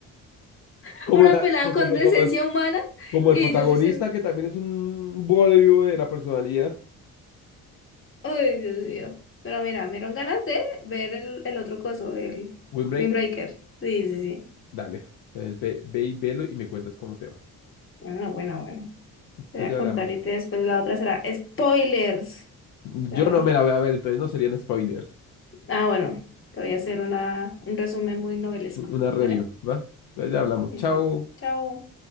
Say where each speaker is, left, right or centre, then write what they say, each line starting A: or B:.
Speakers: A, on the left; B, on the left.
A: <laughs>
B: Como,
A: Una
B: la,
A: pelada
B: fue
A: con
B: como,
A: decencia
B: como el,
A: humana
B: como
A: y
B: el protagonista
A: ellos dicen,
B: que también es un bodrio de la personalidad,
A: ay, Dios mío. Pero mira, me dieron ganas de ver el, el otro coso, el
B: Windbreaker.
A: Windbreaker. Sí, sí, sí.
B: Dale, entonces ve, ve y velo y me cuentas cómo te va.
A: Bueno, bueno, bueno.
B: Entonces
A: Te voy a
B: ya
A: contar
B: hablamos.
A: y te- después la otra será spoilers.
B: Yo
A: Ah,
B: no me la voy a ver, entonces no serían spoilers.
A: ah, bueno, te voy a hacer una, un resumen muy novelesco,
B: Una review,
A: ¿vale?
B: ¿va? Entonces ya hablamos.
A: Listo.
B: Chao.
A: Chao.